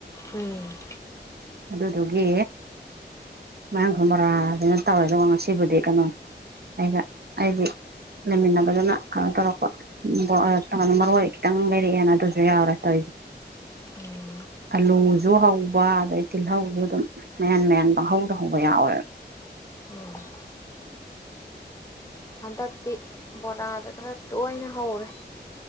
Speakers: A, on the left; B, on the right.
A: ꯎꯝ
B: ꯑꯗꯨꯗ ꯑꯗꯨꯒꯦ ꯃꯌꯥꯝꯁꯨ ꯕꯔꯥꯗꯅ ꯇꯧꯏꯗ ꯋꯥ ꯁꯤꯕꯨꯗꯤ ꯀꯩꯅꯣ ꯑꯩꯒ ꯑꯩꯗꯤ ꯅꯃꯤꯅꯕꯗꯅ ꯀꯩꯅꯣ ꯇꯧꯔꯛꯄꯅ ꯃꯔꯨ ꯑꯣꯏ ꯈꯤꯇꯪ ꯂꯩꯔꯛꯑꯦꯅ ꯑꯗꯨꯁꯨ ꯌꯥꯎꯔꯦ ꯇꯧꯔꯤꯁꯦ
A: ꯎꯝ
B: ꯑꯂꯨꯁꯨ ꯍꯧꯕ ꯑꯗꯩ ꯇꯤꯜꯍꯧ ꯑꯗꯨꯝ ꯃꯌꯥꯟ ꯃꯌꯥꯟꯍꯧꯗ ꯍꯧꯕ ꯌꯥꯎꯋꯦ
A: ꯎꯝ ꯍꯟꯗꯛꯇꯤ ꯕꯣꯔꯥꯗ ꯈꯔ ꯇꯣꯏꯅ ꯍꯧꯔꯦ